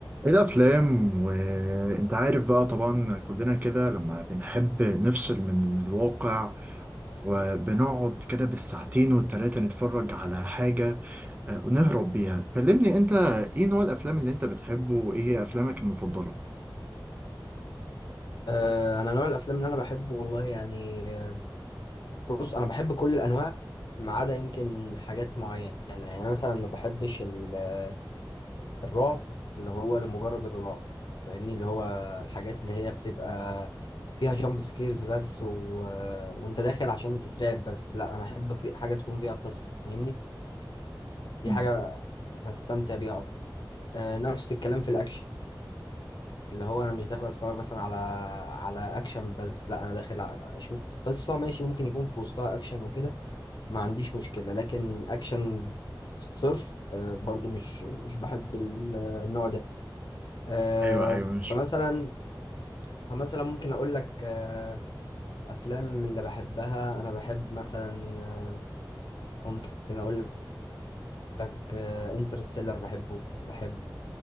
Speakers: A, on the right; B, on the left.
A: ايه الافلام وانت عارف بقى طبعا كلنا كده لما بنحب نفصل من الواقع وبنقعد كده بالساعتين والتلاتة نتفرج على حاجة آه، ونهرب بيها كلمني انت ايه نوع الافلام اللي انت بتحبه وايه هي افلامك المفضلة
B: آه، انا نوع الافلام اللي انا بحبه والله يعني آه، بص انا بحب كل الانواع ما عدا يمكن حاجات معينه يعني انا مثلا ما بحبش ال- الرعب اللي هو لمجرد الرعب فاهمني اللي هو الحاجات اللي هي بتبقى فيها جامب سكيرز بس و... وانت داخل عشان تترعب بس لا انا احب في حاجه تكون فيها قصه فاهمني دي
A: مم.
B: حاجه بستمتع بيها اكتر آه، نفس الكلام في الاكشن اللي هو انا مش داخل اتفرج مثلا على على اكشن بس لا انا داخل ع- اشوف قصه ماشي ممكن يكون في وسطها اكشن وكده ما عنديش مشكله لكن اكشن صرف آه، برضو مش مش بحب ال- النوع ده آه،
A: ايوه ايوه مش
B: فمثلا فمثلا ممكن اقول لك آه، افلام اللي بحبها انا بحب مثلا آه، ممكن اقول لك انترستيلر بحبه بحب